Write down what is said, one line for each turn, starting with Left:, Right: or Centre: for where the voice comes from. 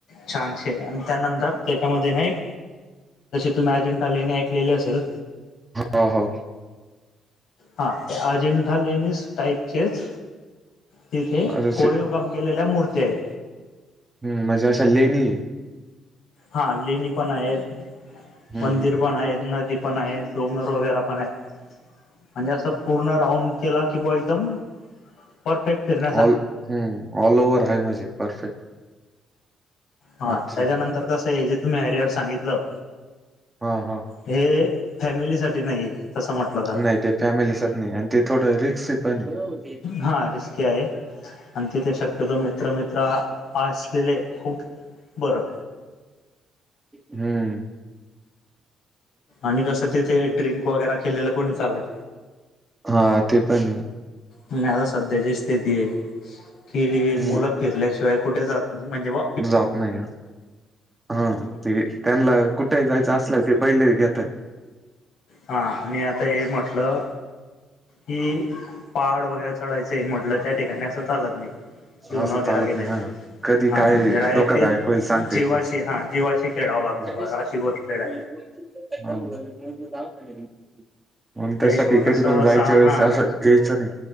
Left: छानशे आणि त्यानंतर त्याच्यामध्ये ना एक तुम मॅजिंटाले, ऐले असेल.
Right: हो हो.
Left: हा ते अजेंठा लेनिस टाइपचेच तिथे
Right: जसे
Left: कोरयो बंगलेला गेलेल्या मूर्त्या आहेत.
Right: हम् म्हणजे अशा लेणी
Left: हा लेणी पण आहे,
Right: हम्म
Left: मंदिर
Right: हम्म
Left: पण आहेत, नदी पण आहे, डोंगर वगैर पण आहे. म्हणजे असं पूर्ण राऊंड केला की बा एकदम पर पेक फिरनं
Right: ऑल हम्म ऑल ओवर आहे माझे परफेक्ट.
Left: हा
Right: अच्छा
Left: त्याच्यानंतर कसं, हे जे तुम्ही हेडरिअर सांगितलं
Right: हा हा.
Left: हे फॅमिली साठी नाही, तसं म्हटलं तर
Right: नाही ते, फॅमिलीसच नाही आणि ते थोडं रिक्स पण आहे.
Left: हा रिस्की आहे. आणि तिथे शक्यतो, मित्र मित्र असलेले खूप बरं.
Right: हम्म.
Left: आणि कसं तिथे ड्रिंक वगैरे, केलेलं कोणी चालत.
Right: हा, ते पण आहे.
Left: आणि आता सध्याची स्थिती आहे कि
Right: हम्म
Left: मुलं फिरल्याशिवाय कुठे जात म्हणजे व
Right: जात नाही. हा ते त्यांना कुठेही जायचं असलं ते, पहिले घेतात
Left: हा आणि आता हे म्हटलं. कि, पड वगैरे चढायच म्हटलं त्या ठिकाणी असं चालत नाही जेऊन
Right: असं
Left: वगैरे
Right: चालत
Left: गेले,
Right: नाही हा कधी
Left: हा
Right: काय
Left: म्हणजे डायरेक्ट
Right: धोकादायक
Left: ते
Right: होईल सांगता
Left: जीवाशी
Right: येत
Left: हा जीवा खेळावं
Right: नाही.
Left: लागतं, बर अशी गोष्ट खेळ
Right: <unintelligible> म्हणून
Left: त्या
Right: त्यासाठी
Left: हिशोबान
Right: कधी
Left: सहसा
Right: पण जायच्या वेळेस
Left: हा
Right: असं प्यायचं नाही.